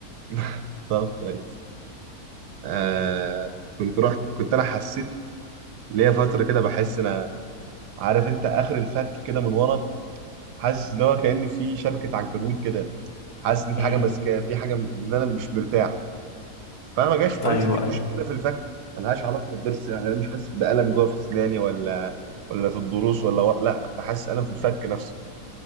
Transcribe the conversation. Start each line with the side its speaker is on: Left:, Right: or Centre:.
Right: <laughs> طب كويس آه كنت رحت كنت انا حسيت ليا فتره كده بحس انا عارف انت اخر الفك كده من ورا حاسس ان هو كأن في شبكه عنكبوت كده حاسس ان في
Left: امم
Right: حاجه ماسكاه في حاجه م- ان انا مش مرتاح فانا ما جاش قلت
Left: ايوه
Right: دي مشكله
Left: ايوه
Right: في الفك ملهاش علاقه بالضرس يعني انا مش حاسس بالم جوه في اسناني ولا ولا في الضروس ولا ورا. لا كنت حاسس الم في الفك نفسه